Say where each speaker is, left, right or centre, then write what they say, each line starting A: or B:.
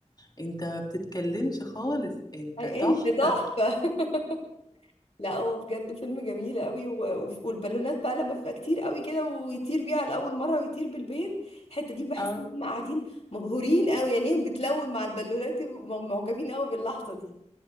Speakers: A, on the left (about 35°); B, on the left (about 60°).
A: انت ما بتتكلمش خالص
B: <laughs>
A: انت
B: أي
A: تحفه
B: انت تحفة <laughs> لا هو بجد فيلم جميل قوي و... وف- والبالونات بقى لما بتبقى كتير قوي كده ويطير بيها لأول مرة ويطير بالبيت الحتة دي بحس
A: اه
B: ان هم قاعدين مبهورين قوي عينيهم بتلون مع البالونات ومعجبين قوي باللحظة دي